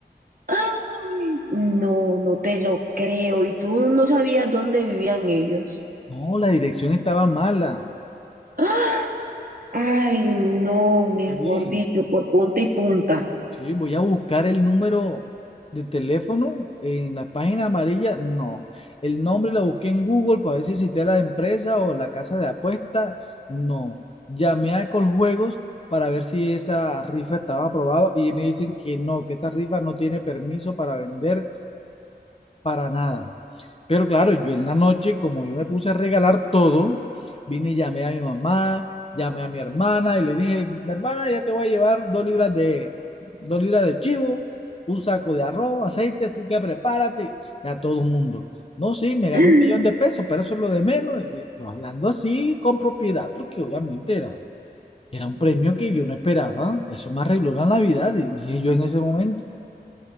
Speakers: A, on the right; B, on the left.
A: <gasps> Ay, no, no te lo creo. Y tú no sabías dónde vivían ellos.
B: No, la dirección estaba mala.
A: <gasps> ¡Ah! Ay, no, mejor
B: Sí,
A: dicho, por punta y punta.
B: sí, voy a buscar el número de teléfono en la página amarilla. No, el nombre lo busqué en Google para ver si existía la empresa o la casa de apuestas. No, llamé a Coljuegos para ver si esa rifa estaba aprobada y me dicen que no, que esa rifa no tiene permiso para vender para nada. Pero claro, yo en la noche, como yo me puse a regalar todo, vine y llamé a mi mamá, llamé a mi hermana y le dije, mi hermana, ya te voy a llevar dos libras de, dos libras de chivo, un saco de arroz, aceite, así que prepárate. Y a todo el mundo. No, sí, me gané
A: <gasps>
B: un millón de pesos, pero eso es lo de menos. Y yo hablando así con propiedad, porque obviamente era, era un premio que yo no esperaba. Eso me arregló la Navidad, y dije yo en ese momento.